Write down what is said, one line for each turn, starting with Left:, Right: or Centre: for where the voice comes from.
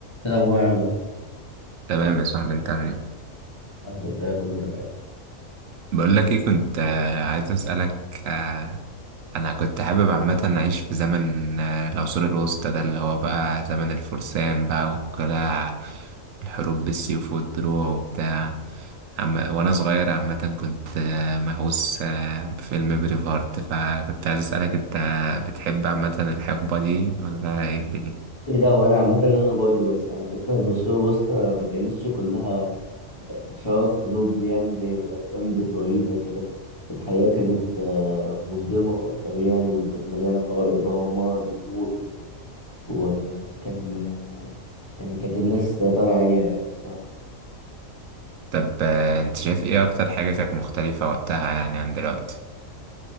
Left: إيه الأخبار عامل إيه؟
Right: تمام يا صاحبي انت عامل ايه
Left: الحمد لله كله تمام
Right: بقول لك ايه كنت آه، عايز اسالك آه، انا كنت حابب عامه اعيش في زمن آه، العصور الوسطى ده اللي هو بقى زمن الفرسان بقى والقلاع الحروب بالسيوف والدروع وبتاع عم... وانا صغير عامه كنت آه، مهووس آه، بفيلم بريف هارت فكنت عايز اسالك انت بتحب عامه الحقبه دي ولا ايه الدنيا
Left: إيه ده وأنا عامة أنا برضه بس على فكرة العصور الوسطى ما كانتش كلها آه، شرف ونبل يعني زي ما الأفلام بتورينا كده الحياة كانت آه، مظلمة أكتر يعني وكانت مليانة فقر بقى ومرض وموت و- وكان آه، يعني كانت الناس طالعة عليها يعني الصراحة
Right: طب آه، انت شايف ايه اكتر حاجه كانت مختلفه وقتها يعني عن دلوقتي